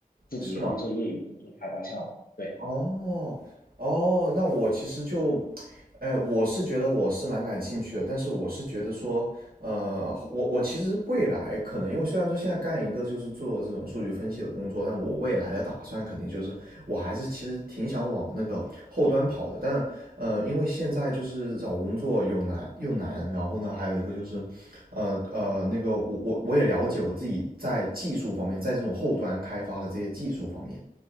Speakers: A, on the left; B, on the right.
A: 自己也会做业余的做开发项目。
B: 是吗？
A: 对，
B: 哦，哦，那我其实就，哎、我是觉得我是蛮感兴趣的，但是我是觉得说，呃，
A: 对，
B: 我我其实未来可能，因为虽然说现在干一个就是做这种数据分析的工作，但我未来的打算肯定就是，我还是其实挺想往那个后端跑的，但呃，因为现在就是找工作又难又难，然后呢，还有一个就是，呃呃，那个我我我也了解我自己在技术方面，在这种后端开发的这些技术方面。